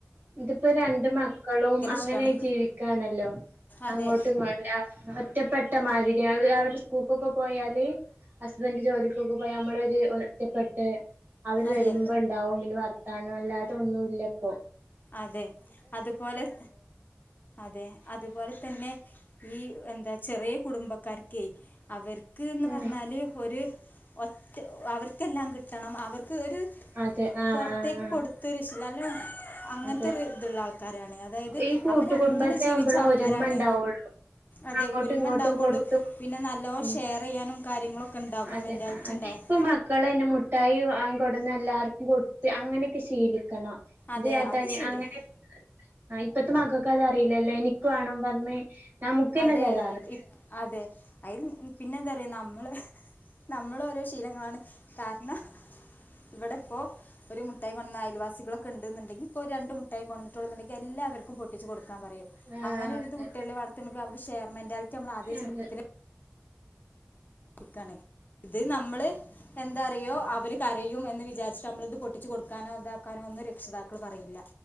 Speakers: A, on the right; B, on the left.
A: ഇതിപ്പോ രണ്ട് മക്കളും അങ്ങനെ
B: ഇഷ്ടമാണ്
A: ജീവിക്കാണല്ലോ
B: അതെ
A: അങ്ങോട്ടും ഇതില്ല ഒറ്റപ്പെട്ട മാതിരിയാണ് അവര് സ്കൂൾക്കൊക്കെ പോയാല് ഹസ്ബൻഡ് ജോലിക്കൊക്കെ പോയാ നമ്മളൊരു ഒറ്റപ്പെട്ട്- അവര്
B: അതെ
A: വരുമ്പോ ഇണ്ടാവും പിന്നെ വർത്താനം അല്ലാതെ ഒന്നുയില്ലപ്പൊ
B: അതെ അതുപോലെ- അതെ അതുപോലെ തന്നെ ഈ എന്താ ചെറിയ കുടുംബക്കാർക്കെ അവർ ക്ക്ന്ന്
A: ഉം
B: പറഞ്ഞാല് ഒരു ഒറ്റ അവർക്കെല്ലാം കിട്ടണം അവർക്ക് ഒരു-
A: അതെ ആഹ്
B: പൊറത്തേക്ക്
A: ആഹ് ആഹ്
B: കൊടുത്തരു ശീലം - അങ്ങനത്തെ
A: അതെ
B: ഒരു ഇതുള്ള ആൾക്കാരാണ് അതായത്
A: ഈ കൂട്ടുകുടുംബത്തെ
B: അവര് അങ്ങനെ ജീവിച്ച
A: ആവുമ്പോളെ
B: ആൾക്കാരാണ്
A: ഒരുമ ഉണ്ടാവുള്ളൂ
B: അതെ
A: അങ്ങോട്ടും
B: ഒരുമ
A: ഇങ്ങോട്ടും
B: ഉണ്ടാവുള്ളു
A: കൊടുത്തും
B: പിന്നെ നല്ലോണം
A: ഉം
B: ഷെയർ ചെയ്യാനും കാര്യങ്ങളൊക്കെ- ഉണ്ടാകും
A: അതെ
B: മെന്റാലിറ്റി
A: അതെ
B: ഉണ്ടാവും
A: ഇപ്പ മക്കൾ തന്നെ മുട്ടായി വാങ്ങി - കൊടന്ന് എല്ലാർക്കും കൊടുത്ത് അങ്ങനെയൊക്കെ ശീലിക്കണം ഇത്
B: അതെ
A: ആയിട്ട്
B: അത് ശരി
A: അങ്ങനെ- ആ ഇപ്പത്തെ മക്കൾക്ക് അത് അറിയില്ലല്ലോ എനിക്കുവാണം പറഞ്ഞേ നമുക്ക് തന്നെ
B: അതെ
A: തരാറ്
B: ഇപ് അതെ അതിത് പിന്നെ എന്താ പറയാ നമ്മള്- നമ്മള് ഓരോ ശീലങ്ങളാണ് കാരണം- ഇവിടെ ഇപ്പോ ഒരു മുട്ടായി കൊണ്ടു വന്നാ അയൽവാസികളൊക്കെ ഇണ്ട് എന്നുണ്ടെങ്കിൽ- ഇപ്പൊ രണ്ട് മുട്ടായി കൊണ്ടു വന്നിട്ടുള്ളൂ എങ്കിൽ എല്ലാവർക്കും പൊട്ടിച്ച് കൊടുക്കാൻ പറയും
A: ആ
B: അങ്ങനെ ഒരുയിത്
A: അതെ
B: കുട്ടികളെ വള- അവർ ഷെയർ മെൻന്റാലിറ്റി നമ്മള് ആദിയമേ ചെറുപ്പത്തിൽ-
A: അതെ
B: നിക്കണേ ഇത് നമ്മള് എന്താറിയോ അവർ- കരയും എന്ന് വിചാരിച്ചിട്ട് നമ്മളിത് പൊട്ടിച്ച് കൊടുക്കാനോ ഇതാക്കാനോ ഒന്ന് രക്ഷിതാക്കൾ പറയില്ല